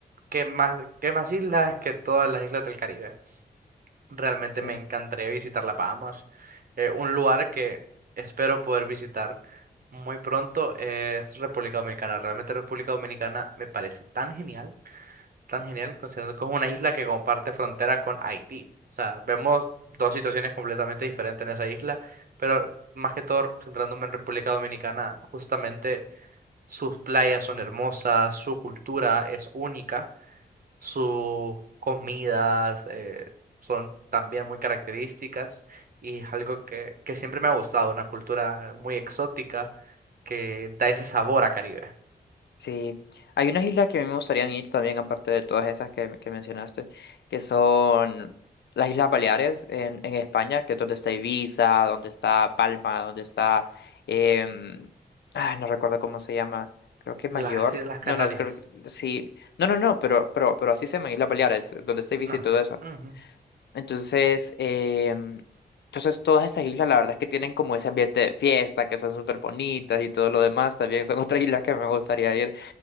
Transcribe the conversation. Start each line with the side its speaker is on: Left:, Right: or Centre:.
Right: ¿qué más, qué más islas que todas las islas del Caribe? Realmente
Left: sí
Right: me encantaría visitar la Bahamas. Eh, un lugar que espero poder visitar muy pronto es República Dominicana. Realmente República Dominicana me parece tan genial, tan genial, considerando que es una isla que comparte frontera con Haití. O sea, vemos dos situaciones completamente diferentes en esa isla, pero más que todo centrándome en República Dominicana, justamente sus playas son hermosas, su cultura es única sus comidas eh, son también muy características y es algo que, que siempre me ha gustado, una cultura muy exótica que da ese sabor a Caribe.
Left: Sí, hay unas islas que a mí me gustaría ir también, aparte de todas esas que, que mencionaste, que son las Islas Baleares en, en España, que es donde está Ibiza, donde está Palma, donde está, em, ah, no recuerdo cómo se llama, creo que Mayor,
Right: Las Islas Canarias.
Left: no, no, creo que sí, no, no, no, pero, pero, pero así se llaman Islas Baleares, donde está Ibiza
Right: Ah,
Left: y todo
Right: ok.
Left: eso.
Right: Ujú.
Left: Entonces, em, entonces todas estas islas, la verdad es que tienen como ese ambiente de fiesta, que son súper bonitas y todo lo demás, también son otras islas que me gustaría ir.